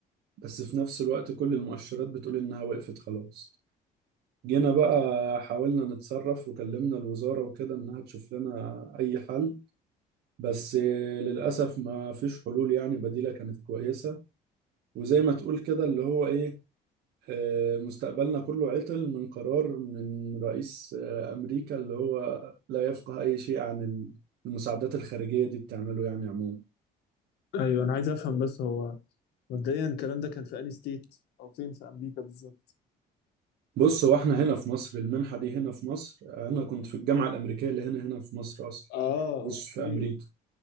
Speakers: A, on the right; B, on the left.
A: بس في نفس الوقت كل المؤشرات بتقول إنها وقفت خلاص جينا بقى حاولنا نتصرف وكلمنا الوزارة وكده إنها تشوف لنا أي حل بس للأسف ما فيش حلول يعني بديلة كانت كويسة وزي ما تقول كده اللي هو إيه آه، مستقبلنا كله عطل من قرار من رئيس آه، أمريكا اللي هو لا يفقه أي شيء عن المساعدات الخارجية دي بتعمله يعني عموما
B: ايوه انا عايز افهم بس هو مبدئيا الكلام ده كان في انهي ستيت او فين في امريكا بالظبط
A: بص هو احنا هنا في مصر المنحة دي هنا في مصر أنا كنت في الجامعة الأمريكية اللي هنا هنا في مصر أصلا
B: اه
A: مش
B: اوكي
A: في أمريكا